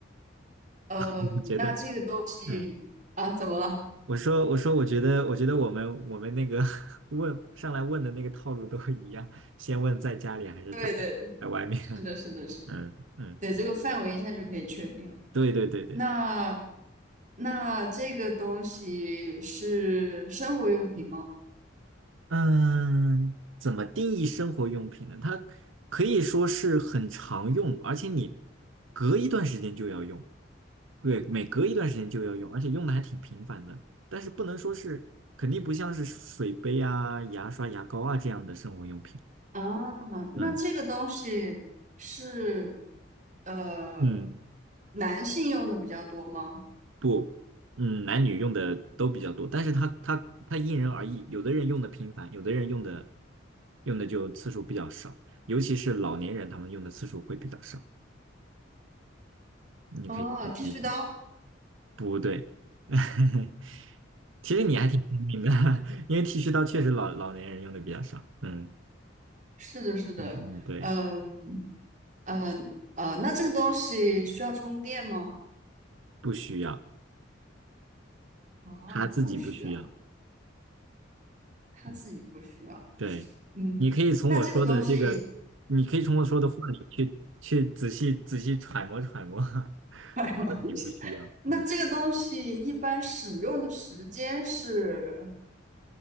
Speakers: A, on the right (about 40°); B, on the right (about 80°).
A: 呃，
B: 你觉得，
A: 那这个东西啊，
B: 嗯，
A: 怎么了？
B: 我说，我说，我觉得，我觉得我们我们那个 <laughs> 问上来问的那个套路都一样，先问在家里还是在
A: 对对对，
B: 在外面，
A: 是的是的是的，
B: <laughs> 嗯嗯，
A: 对，这个范围一下就可以确定了。
B: 对对对对对。
A: 那那这个东西是生活用品吗？
B: 嗯，怎么定义生活用品呢？它可以说是很常用，而且你隔一段时间就要用，对，每隔一段时间就要用，而且用的还挺频繁的。但是不能说是，肯定不像是水杯啊、牙刷、牙膏啊这样的生活用品。
A: 啊，
B: 嗯
A: 那这个东西是呃
B: 嗯，
A: 男性用的比较多吗？
B: 不，嗯，男女用的都比较多，但是它它它因人而异，有的人用的频繁，有的人用的用的就次数比较少，尤其是老年人，他们用的次数会比较少。你可以自己的，
A: 哦，剃须刀，
B: 不对，<laughs> 其实你还挺聪明的，<laughs> 因为剃须刀确实老老年人用的比较少。嗯
A: 是的，是的，
B: 嗯嗯，对，
A: 嗯嗯呃，那这个东西需要充电吗？
B: 不需要，
A: 哦，
B: 他自己不需要。
A: 不需要，他自己不需要。
B: 嗯，对，
A: 嗯，
B: 你可以从我说的这个，
A: 那这个东西，
B: 你可以从我说的话里去去仔细仔细揣摩揣摩，<laughs> 他
A: <laughs>
B: 自己不需要。
A: 那这个东西一般使用的时间是
B: 嗯。